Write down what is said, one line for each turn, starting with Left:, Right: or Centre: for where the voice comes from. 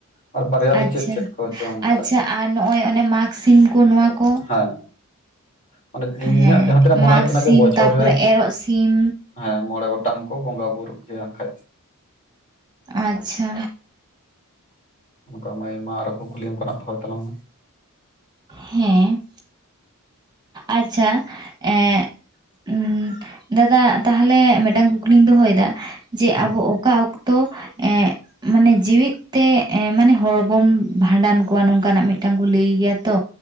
Left: ᱟᱨ ᱵᱟᱨᱭᱟ ᱫᱚ
Right: ᱟᱪᱪᱷᱟ
Left: ᱪᱮᱫ ᱪᱮᱫ ᱠᱚ ᱡᱚᱝ
Right: ᱟᱪᱪᱷᱟ
Left: ᱠᱷᱟᱡᱽ?
Right: ᱟᱨ ᱱᱚᱜᱼᱚᱭ ᱚᱱᱮ ᱢᱟᱜᱽ ᱥᱤᱢ ᱠᱚ ᱱᱚᱣᱟ ᱠᱚ
Left: ᱦᱮᱸ᱾ ᱢᱟᱱᱮ ᱤᱧᱟᱜ
Right: ᱦᱮᱸ
Left: ᱡᱟᱦᱟᱸ ᱛᱤᱱᱟᱹᱜ ᱢᱚᱱᱮ
Right: ᱢᱟᱜᱽ
Left: ᱦᱩᱭᱩᱜ ᱠᱟᱱᱟ
Right: ᱥᱤᱢ
Left: ᱡᱮ ᱵᱚᱪᱷᱚᱨ
Right: ᱛᱟᱯᱚᱨᱮ
Left: ᱨᱮ
Right: ᱮᱨᱚᱜ ᱥᱤᱢ
Left: ᱟᱸ ᱼᱼ ᱦᱮᱸ ᱢᱚᱬᱮ ᱜᱚᱴᱟᱝ ᱠᱚ ᱵᱚᱸᱜᱟ ᱵᱩᱨᱩᱜ ᱜᱮᱭᱟ ᱠᱷᱟᱡᱽᱼᱼ
Right: ᱟᱪᱪᱷᱟ᱾
Left: ᱚᱱᱠᱟ ᱢᱟᱹᱭ ᱢᱟ ᱟᱨᱚ ᱠᱩᱠᱞᱤ ᱚᱱᱠᱟ ᱱᱟᱜ ᱫᱚᱦᱚᱭ ᱛᱟᱞᱟᱝ ᱢᱮ?
Right: ᱦᱮᱸ᱾ ᱟᱪᱪᱷᱟ ᱮᱸᱜᱼᱼ ᱩᱸ ᱫᱟᱫᱟ ᱛᱟᱦᱟᱞᱮ ᱢᱮᱜᱴᱟᱝ ᱠᱩᱠᱞᱤᱧ ᱫᱚᱦᱚᱭ ᱫᱟ ᱡᱮ
Left: ᱦᱮᱸ
Right: ᱟᱵᱚ ᱚᱠᱟ ᱚᱠᱛᱚ ᱼᱼ ᱛᱚ ᱮᱸᱜᱼᱼ ᱢᱟᱱᱮ ᱡᱤᱣᱤᱫ ᱛᱮ ᱮᱸ ᱢᱟᱱᱮ ᱦᱚᱲ ᱵᱚᱱ ᱵᱷᱟᱸᱰᱟᱱ ᱠᱚᱣᱟ ᱱᱚᱝᱠᱟ ᱱᱟᱜ ᱢᱤᱫᱴᱟᱝ ᱠᱚ ᱞᱟᱹᱭ ᱜᱮᱭᱟ ᱛᱚ?